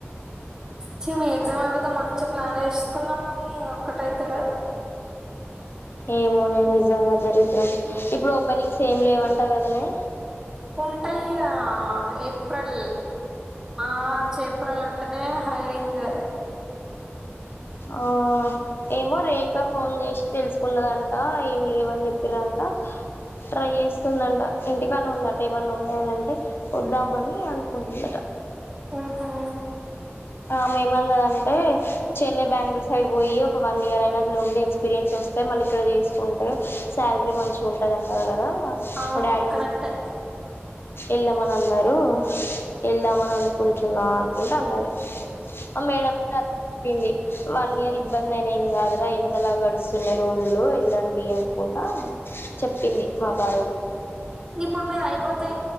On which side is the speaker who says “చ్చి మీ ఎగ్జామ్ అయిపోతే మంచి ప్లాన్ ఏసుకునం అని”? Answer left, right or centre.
Right